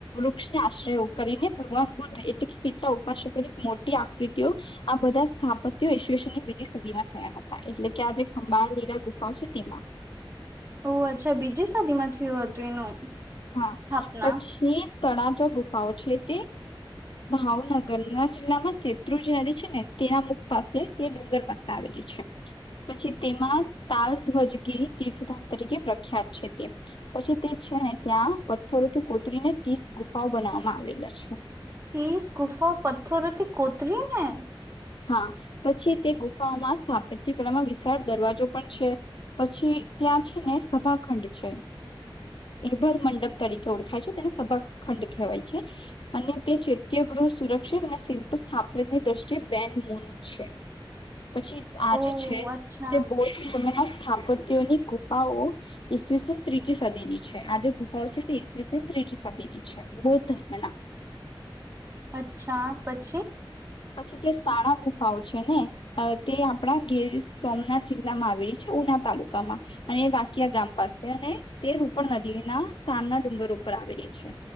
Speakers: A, on the left; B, on the right.
A: વૃક્ષને આશ્રય કરીને ભગવાન બુદ્ધ એટ કેટલા ઉપાસકો મોટી આકૃતિઓ આ બધા સ્થાપત્ય ઈશવની બીજી સદીમાં થયા હતા એટલે. કે આ જે ખંભાળ લીલા ગુફાઓ છે તેમાં.
B: ઓ અચ્છા બીજી શદી માં થયું હતું એનું
A: હા
B: સ્થાપના
A: પછી. તણા જ ગુફાઓ છે તે ભાવનગર ના જિલ્લામાં શેત્રુજી નદી છે ને તેના મુખ પાસે તે ડુંગર પાસે આવેલી છે પછી તેમાં તાલ ધ્વજગીરી તીર્થધામ તરીકે પ્રખ્યાત છે તે પછી તે છે ને ત્યાં પથ્થરોથી કોતરીને ત્રીસ ગુફાઓ બનાવવામાં આવેલા છે.
B: એસ ગુફા પથ્થરો થી કોતરી ને
A: હા પછી તે ગુફાઓમાં સ્થાપ કલામાં વિશાળ દરવાજો પણ છે પછી ત્યાં છે ને સભાખંડ છે એભલ મંડપ તરીકે ઓળખાય છે તેને સભાખંડ કહેવાય છે અને તે ચૈત્ય ગૃહ સુરક્ષિત અને શિલ્પ સ્થાપિતની દ્રષ્ટિએ ન મન છે. પછી આજે
B: ઓ
A: છે
B: અચ્છા
A: તે બો તમેના સ્થાપત્યની ગુ ગુફાઓ ઈસવીસ ત્રીજી સદી ની છે આજ ગુફાઓ છે તે ઈસવીસે ત્રીજી સદીની છે બૌદ્ધ ધર્મના.
B: અચ્છા પછી.
A: પછી જે સાળ ગુફાઓ છે ને તે આપણા ગીર સોમનાથ જિલ્લા ના આવેલી છે ઉના તાલુકામાં અને વાકીયા ગામ પાસે અને તે રૂપણ નદીના સાારના ડુંગર ઉપર આવેલી છે